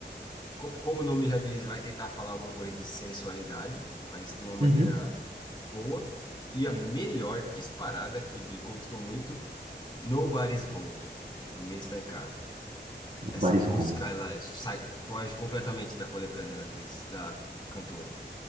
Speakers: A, on the left; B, on the right.
A: Co- Como o nome já diz, vai tentar falar alguma coisa de sensualidade, mas de uma maneira
B: Uhum.
A: boa. E a melhor disparada que me conquistou muito, Nobody's Home. Ninguém está em casa. essa
B: Nobody's
A: música
B: home.
A: ela sai, foge completamente da coletânea da atriz, da cantora.